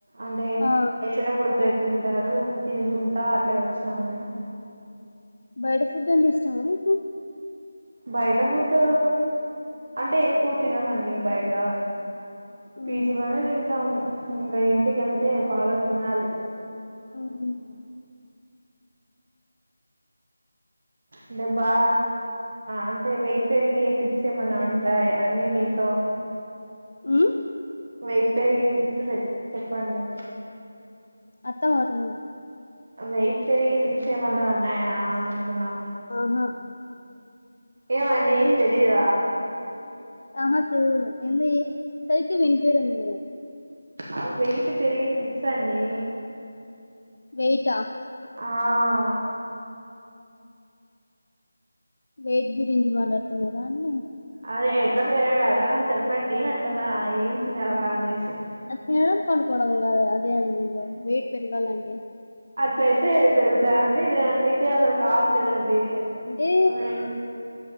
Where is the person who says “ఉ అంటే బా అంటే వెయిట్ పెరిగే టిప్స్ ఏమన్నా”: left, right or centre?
Right